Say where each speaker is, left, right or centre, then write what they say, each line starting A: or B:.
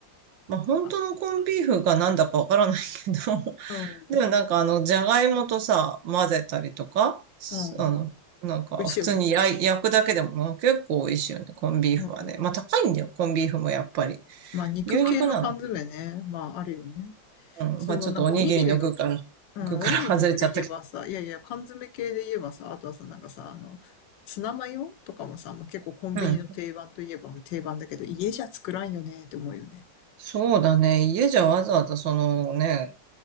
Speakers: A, on the right; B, on the left.
A: まあ、本当のコンビーフがなんだかわからないけど、
B: あ、
A: <laughs>
B: うん、
A: でもなんかあの、じゃがいもとさ、混ぜたりとか、すあの、
B: うん、うん。
A: なんか普通に焼い焼くだけでも結構美味しいよね、
B: 美味しいよね。
A: コンビーフはね。
B: うん。
A: まあ高いんだよ、コンビーフもやっぱり。
B: まあ肉系の缶詰ね。
A: 牛肉なの。
B: まああるよね。
A: うん。
B: そのなんかおにぎりの
A: うん、まあちょっとおにぎりの具から、
B: うん、
A: 具から
B: おにぎりの具で言えばさ、
A: <laughs> 外れちゃったけ
B: いやいや、缶詰系で言えばさ、あとはさ、なんかさ、あの、ツナマヨとかもさ、もう結構コンビニの定番といえば定番だけど、
A: ど。うん。
B: 家じゃ作らんよねって思うよね。
A: そうだね。家じゃわざわざそのね、